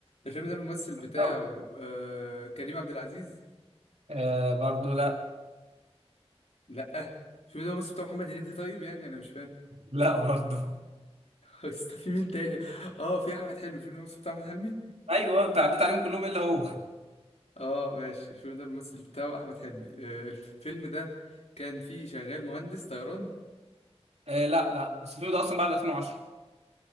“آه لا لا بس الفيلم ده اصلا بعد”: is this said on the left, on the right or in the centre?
Right